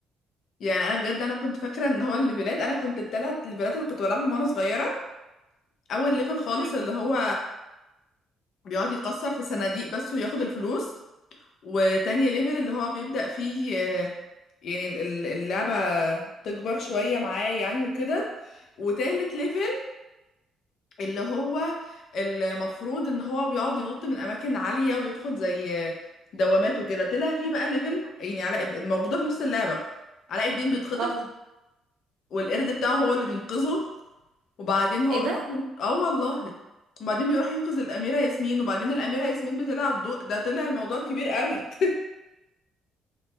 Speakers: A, on the left (about 60°); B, on the right (about 60°).
A: يعني انا بجد انا كنت فاكره ان هو الليفلات انا كنت الثلاث ليفلات اللي كنت بلعبهم وانا صغيره اول ليفل خالص
B: مم.
A: اللي هو بيقعد يكسر في صناديق بس وياخد الفلوس وتاني ليفل اللي هو بيبدأ فيه آه، يعني ال- ال- اللعبه تكبر شويه معاه يعني وكده وتالت ليفل اللي هو المفروض ان هو بيقعد ينط من اماكن عاليه ويدخل زي دوامات وكده طلع فيه بقى ليفل يعني علاء موجوده في نفس اللعبه علاء الدين بيتخطف
B: اه
A: والقرد بتاعه هو اللي بينقذه وبعدين هو
B: ايه ده
A: بيروح ين... اه والله وبعدين بيروح ينقذ الاميره ياسمين وبعدين الاميره ياسمين بتلعب دو... ده طلع الموضوع كبير قوي <laughs>